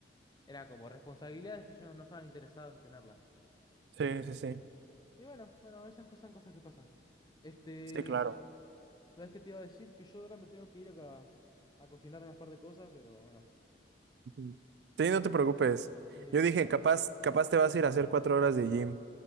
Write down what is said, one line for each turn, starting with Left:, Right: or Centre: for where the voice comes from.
Left: eran como responsabilidades que yo no, no estaba interesado en tenerlas. ¿sí?
Right: Sí, sí, sí.
Left: Y bueno, bueno, esas cosas son cosas que pasan. Este,
Right: Sí, claro.
Left: sa- ¿sabes qué te iba a decir? Que yo ahora me tengo que ir acá a cocinar unas par de cosas, pero bueno,
Right: Ujú. Sí, no
Left: sí,
Right: te preocupes.
Left: eh,
Right: Yo dije, capaz, capaz te vas a ir a hacer cuatro horas de gym.